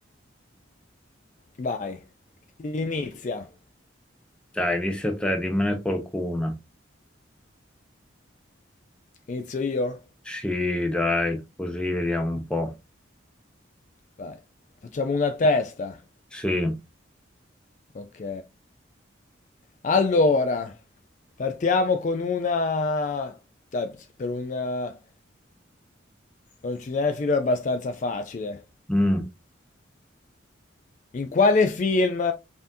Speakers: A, on the left; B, in the centre.
A: Vai. Chi Inizia.
B: Dai, inizia te, dimmene qualcuna.
A: Inizio io?
B: Sì, dai, così vediamo un po'.
A: Vai. Facciamo una a testa.
B: Sì.
A: Ok. Allora, partiamo con una... dai, per un, per un cinefilo è abbastanza facile.
B: Mm,
A: In quale film